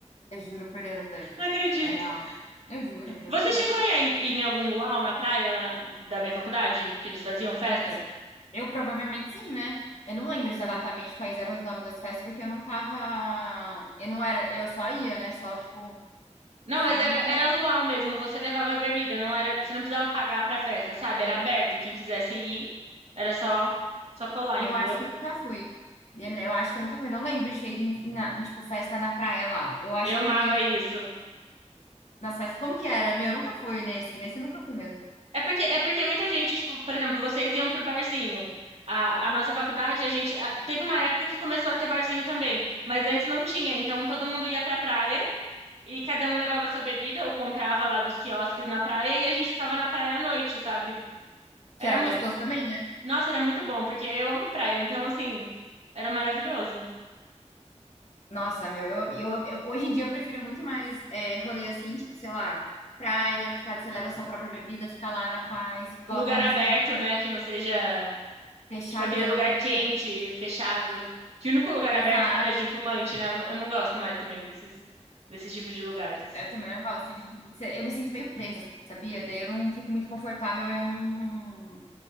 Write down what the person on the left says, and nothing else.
Eu juro por Deus, velho.
É real. Eu juro, eu juro
por
Deus. Eu provavelmente sim, né? Eu não lembro exatamente quais eram os nomes das festas, porque eu não tava. Eu não era. Eu só ia, né? Só, tipo.
Só
em...
Eu
acho que eu nunca fui. Eu eu acho que eu nunca fui. Não lembro de ter ido em, na- tipo, festa na praia lá. Eu acho
que
eu ia
nas festas. Como que era? Meu, eu nunca fui nesse. Nesse eu nunca fui mesmo.
Que era
gostoso também, né?
Nossa, meu, eu, eu, eu- hoje em dia eu prefiro muito mais é, rolê assim, tipo, sei lá, praia, ficar, você leva a sua própria bebida, ficar lá na paz, coloca
uma musiquinha
fechadão,
tipo.
Exato.
Eu também não gosto de, tipo, ser- eu me sinto meio presa, sabia? Daí eu não fico muito confortável, eu não,